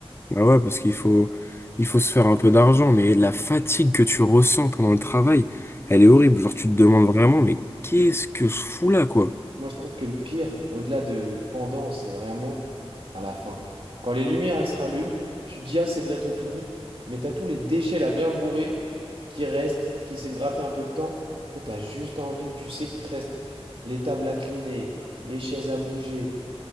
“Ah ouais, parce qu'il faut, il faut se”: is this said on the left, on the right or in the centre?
Left